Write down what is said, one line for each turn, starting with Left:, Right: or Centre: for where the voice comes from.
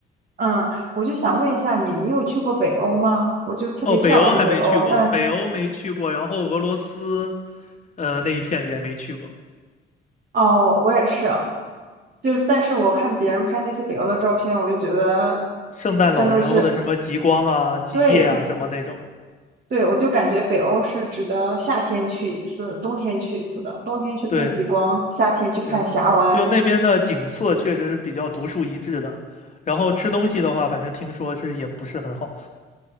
Right: 嗯，我就想问一下你，你有去过北欧吗？我就特别向往北欧，
Left: 哦，北欧还没去过，
Right: 但
Left: 北欧没去过，然后俄罗斯呃那一片也没去过，
Right: 哦，我也是啊，就是但是我看别人拍那些北欧的照片，我就觉得
Left: 圣诞老人或者什么极光啊、
Right: 真的是，
Left: 极夜啊什么那种。
Right: 对对，我就感觉北欧是值得夏天去一次，冬天去一次的，冬天去看极光，
Left: 对，
Right: 夏天去看峡湾，
Left: 对，就那边的景色确实是比较独树一帜的。然后吃东西的话，反正听说是也不是很好，